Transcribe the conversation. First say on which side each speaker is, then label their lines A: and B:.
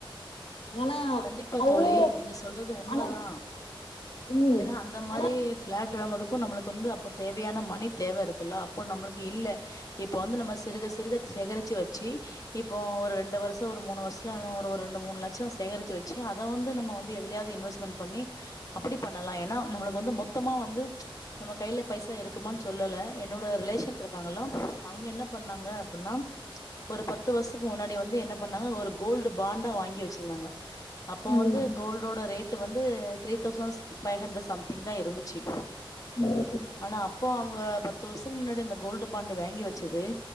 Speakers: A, on the left; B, on the left.
A: ஆனா
B: கண்டிப்பா
A: அவ்ளோ
B: தோழி நீங்க சொல்றது உண்மதா
A: ஆனா ம்
B: ஏனா அந்த மாரி
A: ஆனா
B: பிளாட் வாங்கறதுக்கு நம்மளுக்கு வந்து அப்ப தேவையான மணி தேவ இருக்குல்ல அப்போ நம்மளுக்கு இல்ல இப்ப வந்து நம்ம சிறுக சிறுக சேகரிச்சி வச்சி இப்போ ஒரு ரெண்டு வருஷோ ஒரு மூணு வருஷ்ல நா ஒரு ஒரு ரெண்டு மூணு லட்ச சேகரிச் சி வச்ச அத வந்து நம்ம வந்து எதுலயாவது இன்வெஸ்மெண் பண்ணி அப்படி பண்ணலா ஏனா நம்மளுக்கு வந்து மொத்தமா வந்து நம்ம கையில பைசா இருக்குமான் சொல்லல என்னோட ரிலேஷன்ட்ருக் றாங்களா அவுங்க என்ன பண்ணாங்க அப்பினா ஒரு பத்து வருஷ்த்துக்கு முன்னாடி வந்து என்னப் பண்ணாங்க ஒரு கோல்டு பாண்டா வாங்கி வச்சிருந்தாங்க அப்போ
A: ம்
B: வந்து கோல்டோட ரேட் டு வந்து three thousand five hundred something தா இருந்துச்சி
A: ம்
B: ஆனா அப்போ அவுங்க பத்து வருஷத்துக்கு முன்னாடி அந்த கோல்டு பாண்டு வாங்கி வச்சது